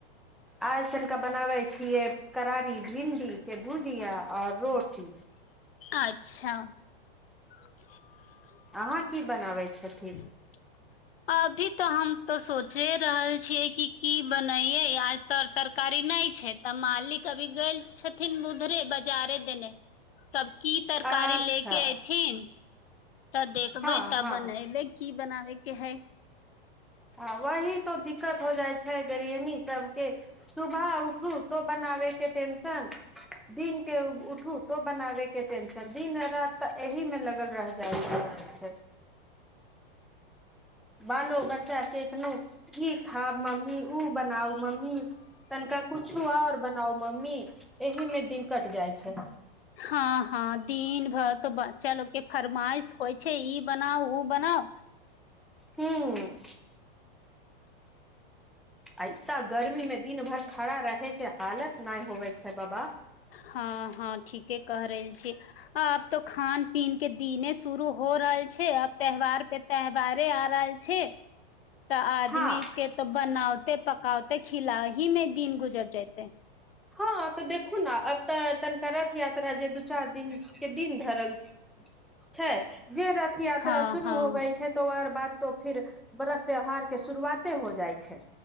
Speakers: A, in the centre; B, on the left.
A: आज तनिका बनाबे छियै करारी भिंडीके भुजिया आओर रोटी
B: अच्छा <inaudible>
A: अहाँ की बनाबै छथि।
B: <inaudible> अभी तऽ हम तऽ सोचे रहल छीयै कि की बनैये आजतऽ। तरकारी नहि छै तऽ मालिक अभी गेल छथिन उधरे बाजारे देने। तब की तरकारी
A: अच्छा
B: ले के ऐथिन तऽ देखबै
A: हँ
B: तब
A: हँ
B: बनेबै की बनाबेके हइ
A: आ वही तो दिक्कत हो जाइ छै गृहणी सबके सुबह उठू तो बनाबे के टेन- टेनशन दिनके उठू तो बनाबे के टेनशन त दिन राति तऽ एहिमे लगल रह जाय छैय बालो बच्चा चैतनो ई खाउ मम्मी ओ बनाउ मम्मी तनिका कुछो आ आओर बनाउ मम्मी एहिमे दिन कट जाइ छै
B: हाँ हाँ दिन भरि तऽ बच्चा लोकके फरमाइश होइ छै ई बनाउ ओ बनाउ
A: हूँ आ इतना गर्मीमे दिन भर खड़ा रहे के हालत नहि होवे छै बाबा
B: हाँ हाँ ठीके कहि रहल छी आब तो खान पीन के दिने शुरू हो रहल छै आब त्यौहार पे त्यौहारे आ रहल छै तऽ आदमी
A: हँ
B: के तो बनावते पकावते खिला ही मे दिन गुजर जेते
A: हाँ तऽ देखू ने अब तऽ तनिका रथ यात्रा जे दू चार दिन के दिन धरल छैय जे रथ यात्रा
B: हँ
A: शुरू
B: हँ
A: होबै छैय तो आर बाद तो फिर व्रत त्यौहार के शुरुआते हो जाइ छै